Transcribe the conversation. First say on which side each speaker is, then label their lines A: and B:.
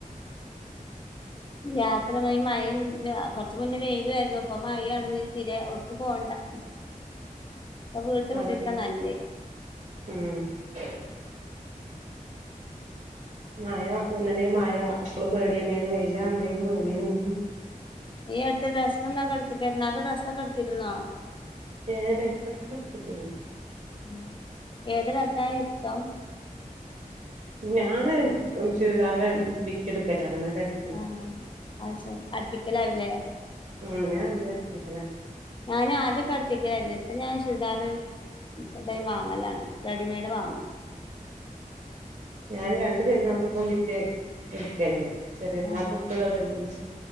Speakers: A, on the left; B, on the right.
A: യാത്ര <unintelligible> ഈ മയും ഒന്നും ഇല്ലാ കൊറച്ച് മുന്നേ വെയിലും ആരുന്നു അപ്പൊ മയാണെങ്കി പിന്നെ ഓട്ക്കും പോണ്ടാ അപ്പൊ വീട്ട് കുത്തിരിക്കാ
B: അതന്നെ
A: നല്ലേ
B: ഉം മയ ഒന്നല്ലേ മഴ അപ്പോളും പേടിയന്നേണ് വെയിലാണേ അല്ലേലും പേടിയന്നേണ്
A: ആഹ് ഈ അടുത്ത് ഡ്രസ്സ്തൊക്കെട്ത്തില്ലേര്ന്നോ പെരുന്നാള്ക്ക് ഡ്രസ്സക്കെട്ത്തിര്ന്നോ
B: ഏഹ് ഡ്രസ്സൊക്കെട്ത്ക്ക്ണു
A: ഉം ഏത് ഡ്രസ്സാ ഇഷ്ടം
B: ഞാന് ചൂരിദാറിന്റെ ബിറ്റ് എടുക്കലാണ് ന്നിട്ട് അടി
A: ആഹ് അയ്ശരി അട്പ്പിക്കലാവുംലേ
B: ഉം ഞാനധികം അട്പ്പിക്കലാ
A: ഞാൻ ആദ്യൊക്കെ അടിപ്പിക്കലാര്ന്ന് ഇപ്പൊ ഞാൻ ചുരിദാറ് <unintelligible> വാങ്ങലാണ് റെഡിമെയ്ഡ് വാങ്ങും.
B: ഞാന് രണ്ടു പെരുന്നാക്കും ഇപ്പോ ബിറ്റ് എടുക്കന്നേ. ചെറിയര്ന്നാക്കുംട്ത്തതന്നെ
A: ആഹ്